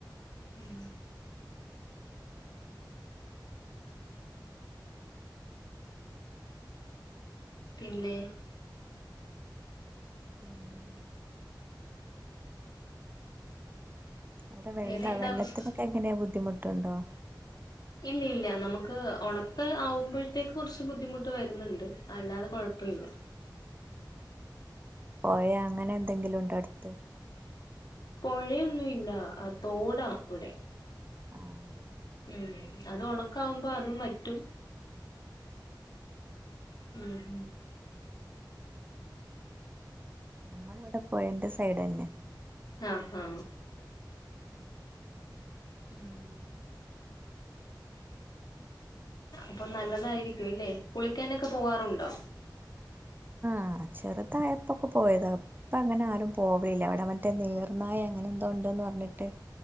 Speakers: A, on the left; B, on the right.
A: ഉം പിന്നെ
B: പിന്നെ അവിടെ വെള്ളാ
A: വേറെ എന്താ
B: വെള്ളത്തിനൊക്കെ
A: വിശേഷം
B: എങ്ങനെയാ ബുദ്ധിമുട്ട് ട്ടണ്ടോ
A: ഇല്ല ഇല്ല നമുക്ക് ഉണക്ക ആവുമ്പോഴത്തേക്ക് കുറച്ച് ബുദ്ധിമുട്ട് വരുന്നുണ്ട് അല്ലാതെ കൊഴപ്പമില്ല
B: പോയേ അങ്ങനൊ എന്തെങ്കിലും ഉണ്ട് അടുത്ത്
A: പുഴയൊന്നും ഇല്ല ആ തോടാ ഇവിടെ
B: ആഹ്
A: ഉം അത് ഉണക്കാവുമ്പോ അതും വറ്റും ഉം ഹ്
B: നമ്മള് ഇവിടെ പോയന്റെ സൈഡ് തന്നെ
A: ആഹ ഹാ ഉം അപ്പൊ നല്ലതായിരിക്കും അല്ലേ കുളിക്കാനൊക്കെ പോവാറുണ്ടോ
B: ആഹ് ചെറുതായപ്പൊക്കെ പോയത് ഇപ്പ അങ്ങനെ ആരും പോവലില്ല എവിടെ മറ്റേ നീർനായ അങ്ങനെ ഉണ്ടന്ന് പറഞ്ഞിട്ട്